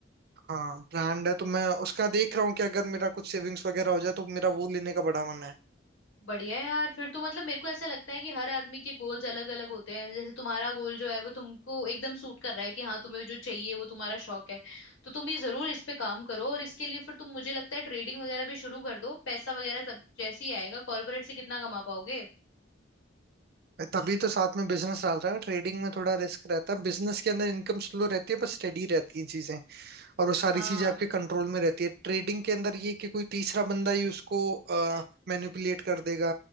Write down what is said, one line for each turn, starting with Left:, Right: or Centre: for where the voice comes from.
Right: हाँ ब्रांड है तो मैं उसका देख रहा हूँ कि अगर मेरा कुछ सेविंग्स वगैरह हो जाए तो मेरा वो लेने का बड़ा मन है
Left: बढ़िया है यार फिर तो मतलब मेरे को ऐसा लगता है कि हर आदमी के गोल्स अलग अलग होते हैं जैसे तुम्हारा गोल जो है वो तुमको एकदम सूट कर रहा है कि हाँ तुम्हें जो चाहिए वो तुम्हारा शौक है तो तुम ये जरूर इस पे काम करो और इसके लिए फिर तुम मुझे लगता है ट्रेडिंग वगैरह भी शुरू कर दो पैसा वगैरह तब जैसे ही आएगा कॉर्पोरेट से कितना कमा पाओगे
Right: मैं तभी तो साथ में बिजनेस डाल रहा है ट्रेडिंग में थोड़ा रिस्क रहता है बिजनेस के अंदर इनकम स्लो रहती है पर स्टेडी रहती है चीजें और वो सारी
Left: हाँ
Right: चीजें आपके कंट्रोल में रहती है ट्रेडिंग के अंदर ये है कि कोई तीसरा बंदा ही उसको मैनिपुलेट कर देगा